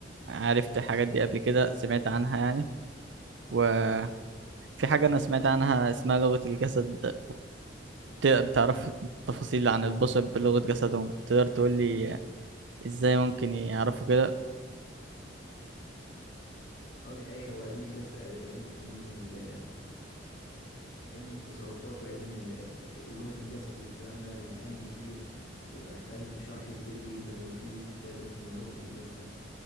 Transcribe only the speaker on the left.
اه دي حقيقة هو علم الجسد علم علم ال... علم التصرفات وعلم ال... ولغة الجسد والكلام ده يعني علم كبير وبيبقى محتاج شرح كبير جدا وفي كتاب اسمه لغة الجسد